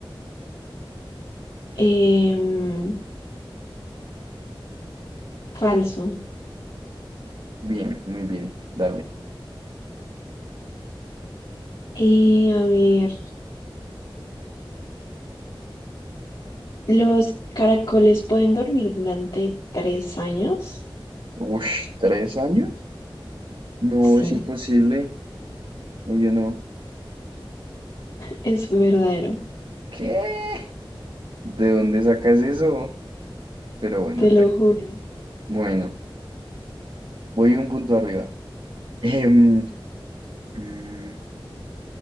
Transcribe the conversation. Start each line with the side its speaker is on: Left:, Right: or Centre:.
Left: Em, Falso.
Right: Bien, muy bien, dale.
Left: Eh, a ver, ¿los caracoles pueden dormir durante tres años?
Right: Ush, ¿tres años? No,
Left: Sí,
Right: es imposible. O yo no.
Left: es verdadero,
Right: ¿Qué? ¿De dónde sacas eso? Pero bueno,
Left: te lo
Right: te-
Left: juro.
Right: bueno, voy un punto arriba. Em, mm,